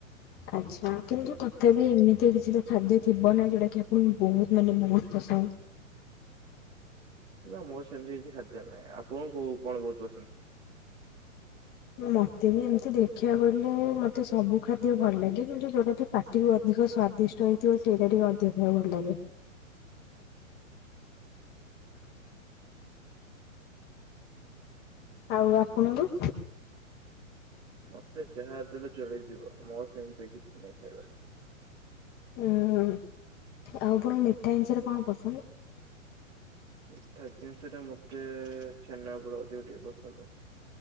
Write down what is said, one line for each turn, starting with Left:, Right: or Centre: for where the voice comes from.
Left: ଆଚ୍ଛା କିନ୍ତୁ ତଥାପି ଏମିତି କିଛି ତ ଖାଦ୍ୟ ଥିବ ନା ଯୋଉଟା କି ଆପଣଙ୍କୁ ବହୁତ ମାନେ ବହୁତ ପସନ୍ଦ।
Right: ନାଁ ମୋର ସେମିତି କିଛି ଖାଦ୍ୟ ନାହିଁ ଆପଣଙ୍କୁ କୋଉ କଣ ବହୁତ ପସନ୍ଦ?
Left: ମତେ ବି ଏମିତି ଦେଖିବାକୁ ଗଲେ ମତେ ସବୁ ଖାଦ୍ୟ ଭଲ ଲାଗେ କିନ୍ତୁ ଯୋଉଟା ବି ପା ଟିକୁ ଅଧିକ ସ୍ଵାଦିଷ୍ଟ ହେଇଥିବ ସେଇଟା ଟିକେ ଅଧିକ ଖଇବା ଭଲ ଲାଗେ। ଆଉ ଆପଣଙ୍କୁ?
Right: ମତେ ଯାହା ଦେଲେ ଚଳିଯିବ ମୋର ସେମିତି କିଛି ନାହିଁ ଖାଇବାରେ।
Left: ଉଁ ଆଉ ପୁଣି ମିଠା ଜିନଷରେ କଣ ପସନ୍ଦ?
Right: ମିଠା ଜିନିଷରେ ମତେ ଛେନାପୋଡ଼ ଅଧିକ ଟିକେ ପସନ୍ଦ।